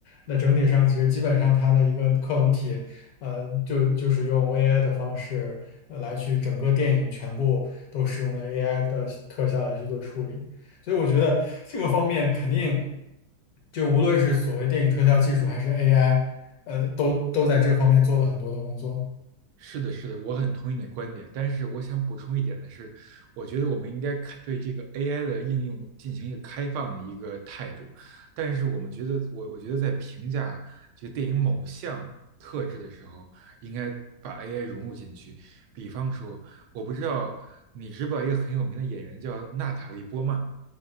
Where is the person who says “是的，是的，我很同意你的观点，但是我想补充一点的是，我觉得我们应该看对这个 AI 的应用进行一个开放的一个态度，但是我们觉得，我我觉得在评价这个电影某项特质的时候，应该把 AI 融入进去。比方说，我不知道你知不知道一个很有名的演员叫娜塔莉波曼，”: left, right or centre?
Right